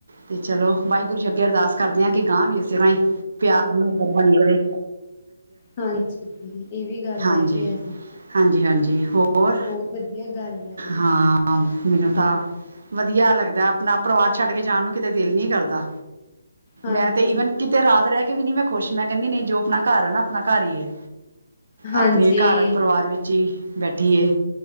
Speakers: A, on the right; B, on the left.
A: ਤੇ ਚਲੋ ਵਾਹਿਗੁਰੂ ਜੀ ਅੱਗੇ ਅਰਦਾਸ ਕਰਦੇ ਹਾਂ। ਗਾਂਹ ਵੀ ਇਸ ਤਰ੍ਹਾਂ ਹੀ ਪਿਆਰ ਮੋਹਬਤ ਬਣਿਆ ਰੇ।
B: ਹਾਂਜੀ, ਇਹ ਵੀ ਗੱਲ
A: ਹਾਂਜੀ
B: ਹੈਗੀ ਆ ਜੀ।
A: ਹਾਂਜੀ, ਹਾਂਜੀ, ਹੋਰ
B: ਬਹੁਤ ਵਧੀਆ ਗੱਲ ਆ ਜੀ
A: ਹਾਂ ਮੈਨੂੰ ਤਾਂ ਵਧੀਆ ਲੱਗਦਾ ਆਪਣਾ ਪਰਿਵਾਰ ਛੱਡ ਕੇ ਜਾਣ ਨੂੰ ਕਿਤੇ ਦਿਲ ਨੀ ਕਰਦਾ।
B: ਹਾਂਜੀ
A: ਮੈਂ ਤੇ ਈਵਨ ਕਿਤੇ ਰਾਤ ਰਹਿ ਕੇ ਵੀ ਨੀ ਮੈਂ ਖੁਸ਼, ਮੈਂ ਕਹਿਣੀ ਨਹੀਂ ਜੋ ਆਪਣਾ ਕਾਰ ਆ ਨਾ ਆਪਣਾ ਕਾਰ ਹੀ ਐ।
B: ਹਾਂਜੀ
A: ਆਪਣੇ ਘਰ ਪਰਿਵਾਰ ਵਿੱਚ ਹੀ ਬੈਠੀਏ।